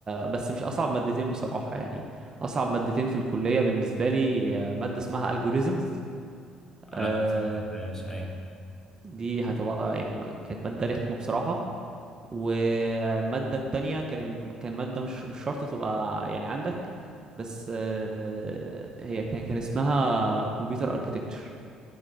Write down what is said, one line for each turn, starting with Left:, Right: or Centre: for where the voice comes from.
Right: بس مش اصعب مادتين بصراحة يعني اصعب مادتين في الكلية بالنسبة لي آه، مادة اسمها algorithms
Left: آه،
Right: آه،
Left: لا لسه ما خدتهاش ايوه
Right: دي هتبقى يعني كانت مادة رخمة بصراحة والمادة التانية كان كان مادة مش مش شرط تبقى يعني عندك بس آه، هي كان كان اسمها كمبيوتر اركيتكتشر